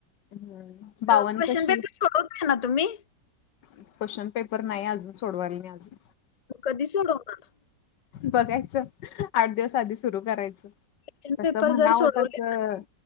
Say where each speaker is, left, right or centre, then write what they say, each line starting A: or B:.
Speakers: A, on the left; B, on the left.
A: हम्म. बावन
B: क्वेश्चन
A: कशी
B: पेपर <unintelligible>
A: क्वेश्चनपेपर नाही अजून सोडवायला नाही अजून.
B: कधी सोडवणार?
A: बघायचं, आठ दिवस आधी सुरु करायचं.
B: क्वेश्चन
A: तसं
B: पेपर
A: म्हणावं,
B: जर सोडवले
A: तसं